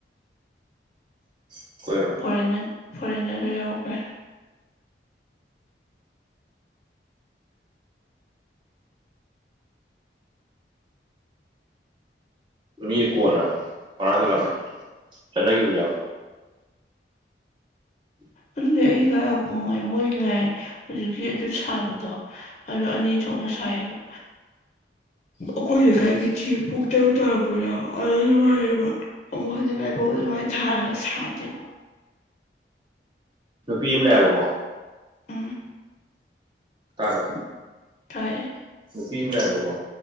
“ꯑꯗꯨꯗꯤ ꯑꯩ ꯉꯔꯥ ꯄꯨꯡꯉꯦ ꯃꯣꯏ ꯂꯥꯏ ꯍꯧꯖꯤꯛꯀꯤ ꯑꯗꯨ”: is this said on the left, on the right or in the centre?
Left